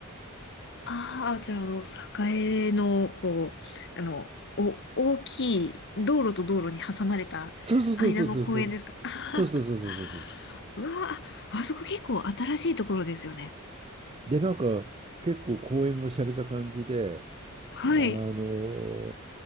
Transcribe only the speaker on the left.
ああ、じゃあ、あの、栄の、こう、あの、お、大きい、道路と道路に挟まれた間の公園ですかあはは
<laughs> うわあ、あそこ結構新しいところですよね。
はい。